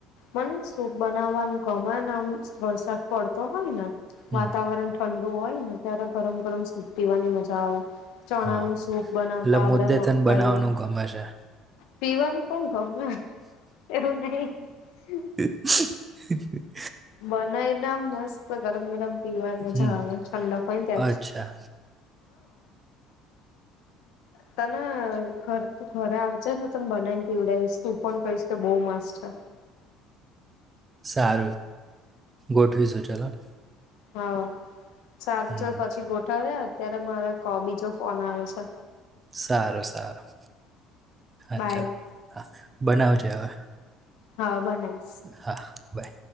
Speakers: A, on the left; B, on the right.
A: મને સૂપ બનાવવાનું ગમે ને આમ વરસાદ પડતો હોય ને
B: હમ
A: વાતાવરણ ઠંડુ હોય ને ત્યારે ગરમ ગરમ સૂપ પીવાની મજા આવે. ચણા
B: હા
A: નું સૂપ બનાવતા
B: એટલે
A: આપડે
B: મુદ્દે
A: મકાઈ
B: તને બનાવવાનું
A: નું.
B: ગમે છે
A: પીવાનું પણ ગમે. <unintelligible>
B: <inaudible>
A: બનાયને મસ્ત ગરમ ગરમ પીવાની મજા
B: હમ
A: આવે, ઠંડક હોય ને
B: અચ્છા
A: ત્યારે હં ત હ તુ ઘરે આવજને તને બનાવીને પીવડાવીશ તું પણ કહીશ કે બહ મસ્ત છે.
B: સારુ ગોઠવીશુ ચાલોને
A: હા સારું
B: હમ
A: ચલ પછી ગોઠવીએ અત્યારે મારો બીજો ફોન આવે છે.
B: સારું સારું હા
A: બાય
B: ચલ હા બનાવજે હવે
A: હા બનાઇ
B: હા- બાય